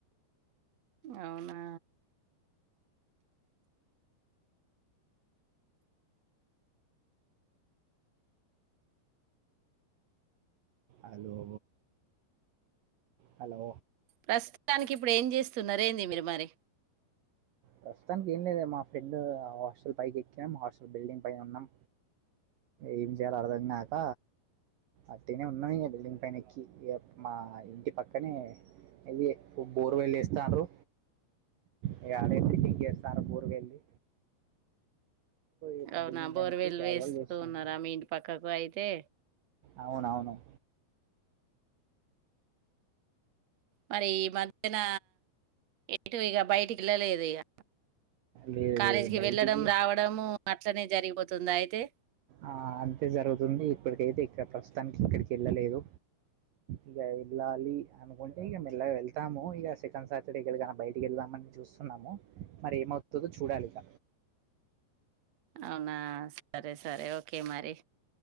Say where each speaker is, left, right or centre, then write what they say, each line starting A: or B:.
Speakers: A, on the right; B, on the right.
A: అవునా
B: హలో హలో
A: ప్రస్తుతానికి ఇప్పుడ్ ఏం చేస్తున్నార్ ఏంది మీర్ మరి
B: ప్రస్తుతానికి ఏం లేద మా ఫ్రెండ్ ఆ హాస్టల్ పైకి ఎక్కాం హాస్టల్ బిల్డింగ్ పైనున్నాం ఏం చేయాలో అర్థం కాక అట్టిగనే ఉన్నం ఇగ బిల్డింగ్ పైన ఎక్కి, మా ఇంటి పక్కనే ఇది బోర్వెల్ ఏస్తాండ్రు. ఇగ అదే బిల్డింగ్ కి ఏస్తాండ్రు బోర్వెలి ఇట్లా
A: అవునా
B: బిల్డింగ్ పైన
A: బోర్వెల్
B: ఎక్కి క్యాజువల్
A: వేస్తూ
B: చేస్తాను
A: ఉన్నారా మీ ఇంటి పక్కకు అయితే,
B: అవునవును
A: మరి ఈ మధ్యన ఎటు ఇగ బయటికి ఎళ్ళలేదు ఇగ
B: లేదు
A: కాలేజీకిి
B: లేదు బయటికి
A: వెళ్ళడం రావడము అట్లనే జరిగిపోతుందా అయితే
B: ఆ అంతే జరుగుతుంది ఇప్పడికైతే ఇక్కడ ప్రస్తు తానికి ఎక్కడికి ఎళ్ళలేదు. ఇగ ఎళ్ళాలి అనుకుంటే ఇగ మెల్లగా ఎళ్తాము ఇగ సెకండ్ సాటర్డే ఎక్కడికైన బయటికి వెళ్దామని చూస్తున్నాము, మరి ఏమవుతదో చూడాలి ఇగ.
A: అవునా సరే సరే ఓకే మరి